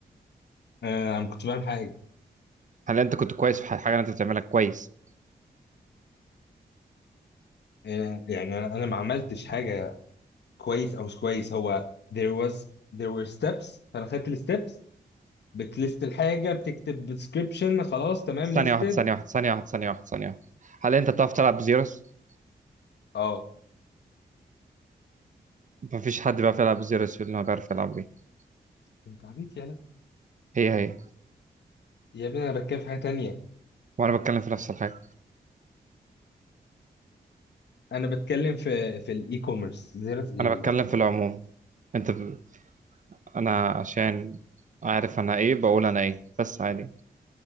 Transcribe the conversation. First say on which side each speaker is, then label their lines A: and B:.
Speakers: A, on the left (about 80°); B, on the right (about 45°).
A: آه، انا كنت بعمل حاجه
B: هل انت كنت كويس في الحاجة اللي انت بتعملها كويس
A: يعني يعني انا انا ما عملتش حاجه كويس او مش كويس هو there was there were steps فانا خدت الستبس بتليست الحاجه بتكتب description خلاص تمام
B: ثانية
A: listed
B: واحدة ثانية واحدة ثانية واحدة ثانية واحدة ثانية واحدة هل انت بتعرف تلعب زيروس
A: اه
B: مفيش حد بيعرف يلعب زيروس اللي هو بيعرف يلعب بيه
A: انت عبيط يالا
B: هي هي
A: يا ابني انا بتكلم في حاجه تانية
B: وانا بتكلم في نفس الحاجه
A: انا بتكلم في في الاي كوميرس زيرو ايه
B: انا
A: دلوقتي
B: بتكلم في العموم انت ب... انا عشان عارف انا ايه بقول انا ايه بس عادي